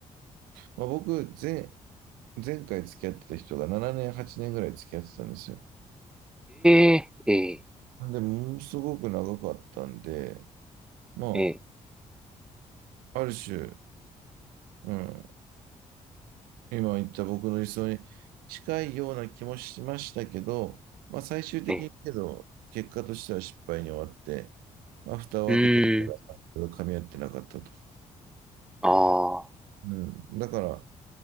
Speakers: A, on the right (about 85°); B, in the centre.
A: まあ、僕、前、前回付き合ってた人が7年、8年ぐらい付き合ってたんですよ。
B: ええ、ええ、
A: で、ものすごく長かったんで、ま
B: ええ、
A: あ、ある種、うん、今言った僕の理想に近いような気もしましたけど、まあ、最終的にけど、
B: ええ。
A: 結果としては失敗に終わって、まあ、蓋を開けてみたら、
B: うーん、
A: まあいろいろ噛み合ってなかったと。
B: ああ。
A: うん。だから、